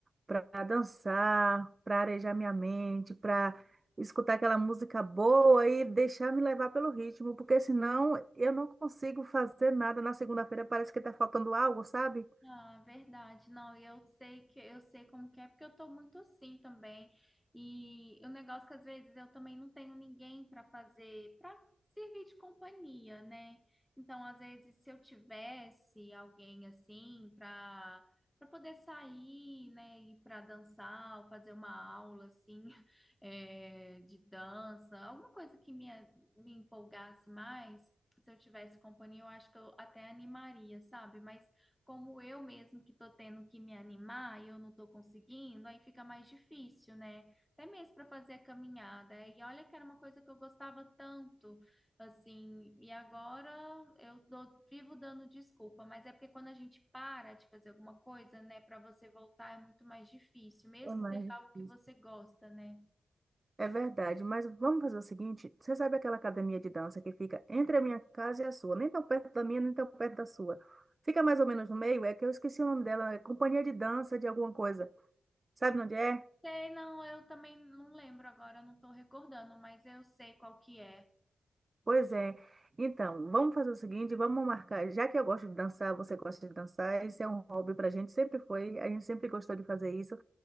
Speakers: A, on the right (about 30°); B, in the centre.
A: para dançar, para arejar minha mente, para escutar aquela música boa e deixar me levar pelo ritmo, porque senão eu não consigo fazer nada. Na segunda-feira parece que está faltando algo, sabe?
B: Ah, verdade. Não, e eu sei que eu sei como que é, porque eu tô muito assim também. E o negócio que às vezes eu também não tenho ninguém para fazer, para servir de companhia, né? Então, às vezes, se eu tivesse alguém assim para para poder sair, né, ir para dançar, ou fazer uma aula assim, <laughs> é, de dança, alguma coisa que me, me empolgasse mais, se eu tivesse companhia, eu acho que eu até animaria, sabe? Mas como eu mesmo que tô tendo que me animar e eu não estou conseguindo, aí fica mais difícil, né? Até mesmo para fazer a caminhada. E olha que era uma coisa que eu gostava tanto, assim, e agora eu dou- vivo dando desculpa, mas é porque quando a gente para de fazer alguma coisa, né, para você voltar é muito mais difícil, mesmo
A: É mais
B: que seja algo que
A: difícil.
B: você gosta, né?
A: É verdade, mas vamos fazer o seguinte: você sabe aquela academia de dança que fica entre a minha casa e a sua? Nem tão perto da minha, nem tão perto da sua. Fica mais ou menos no meio, é que eu esqueci o nome dela, é Companhia de Dança de alguma coisa. Sabe onde é?
B: Sei, não, eu também não lembro agora, eu não estou recordando, mas eu sei qual que é.
A: Pois é. Então, vamos fazer o seguinte: vamos marcar. Já que eu gosto de dançar, você gosta de dançar, isso é um hobby pra gente, sempre foi, a gente sempre gostou de fazer isso.